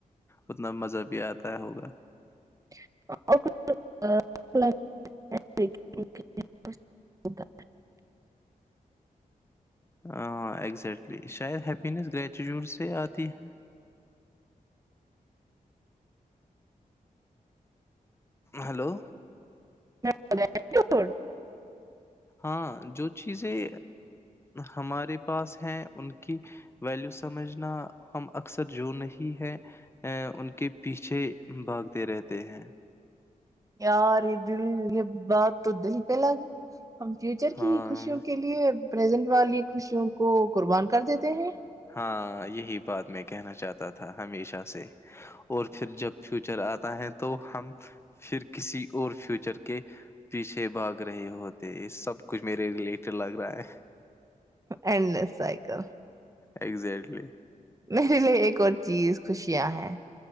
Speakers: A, on the left; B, on the right.
A: اتنا مزہ بھی آتا ہوگا
B: <inaudible>
A: ہ اگزٹلی شاید ہیپس گریچٹیوڈ سے آتی ہے ہلو
B: <inaudible>
A: ہاں جو چیزیں ہمارے پاس ہیں ان کی ویلیو سمجھنا ہم اکثر جو نہیں ہے ان کے پیچھے بھاگتے رہتے ہیں
B: یار یہ دل یہ بات تو دل پہ لگی ہے ہم فیوچر
A: ہاں
B: کی خوشیوں کے لیے پرزنٹ والی خوشیوں کو قربان کر دیتے ہیں
A: ہاں یہی بات میں کہنا چاہتا تھا ہمیشہ سے اور پھر جب فیوچر آتا تو ہم پھر کسی اور فیوچر کے پیچھے بھاگ رہے ہوتے ہیں سب کچھ میرے ریلیٹڈ لگ رہا ہے
B: اینڈ لیس سائیکل
A: اگزٹلی
B: میرے لیے ایک اور چیز خوشیاں ہیں